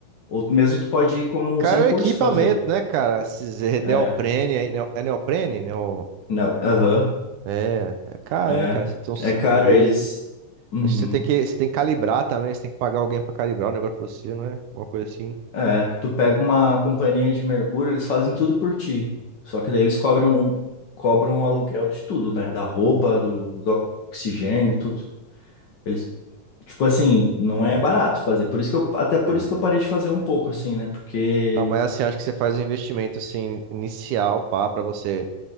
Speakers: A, on the left (about 80°); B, on the right (about 80°).
A: ou mesmo tu pode ir como
B: Cara,
A: sem
B: o
A: curso
B: equipamento,
A: fazer.
B: né, cara? Esses
A: É.
B: neoprene aí, neo- é neoprene? Neo...
A: Não. Aham.
B: É, é caro,
A: É.
B: né, cara? Você tem um cinto
A: É caro,
B: deles.
A: eles. Uhum.
B: Acho que você tem que, você tem que calibrar também, você tem que pagar alguém pra calibrar o negócio pra você, não é? Uma coisa assim.
A: É. Tu pega uma companhia de mergulho, eles fazem tudo por ti. Só que daí eles cobram, cobram o aluguel de tudo, né? Da roupa, do, do oxigênio, tudo. Eles, tipo assim, não é
B: É,
A: barato fazer. Por isso que eu, até por
B: não
A: isso
B: é.
A: que eu parei de fazer um pouco, assim, né? Porque.
B: Não, mas assim, acho que você faz um investimento, assim, inicial, pá, pra você.